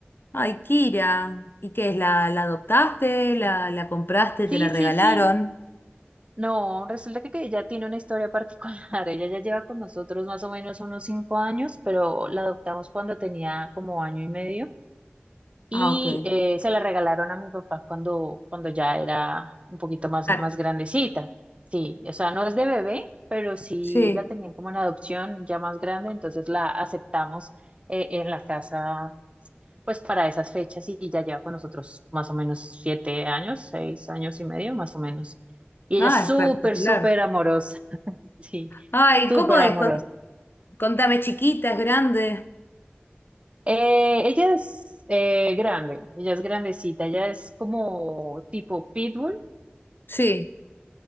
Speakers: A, on the left; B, on the right.
A: Ay, Kira. ¿Y qué es? ¿La, la adoptaste? ¿La, la compraste?
B: Sí,
A: ¿Te la regalaron?
B: sí, sí. No, resulta que, que ella tiene una historia particular. <laughs> Ella ya lleva con nosotros más o menos unos cinco años, pero la adoptamos cuando tenía como año y medio. y
A: Ah, ok.
B: eh, se la regalaron a mi papá cuando, cuando ya era un poquito más,
A: Ah,
B: más grandecita. Sí, o sea, no es de bebé, pero sí
A: sí.
B: la tenían como en adopción ya más grande, entonces la aceptamos eh, en la casa pues para esas fechas y ya lleva con nosotros más o menos siete años, seis años y medio más o menos. Y
A: Ah,
B: ella es súper,
A: espectacular.
B: súper amorosa, <laughs> sí,
A: Ay,
B: súper
A: ¿cómo es?
B: amorosa.
A: Con- Contame, chiquita, es grande.
B: Eh, ella es eh, grande, ella es grandecita, ella es como tipo pitbull,
A: Sí.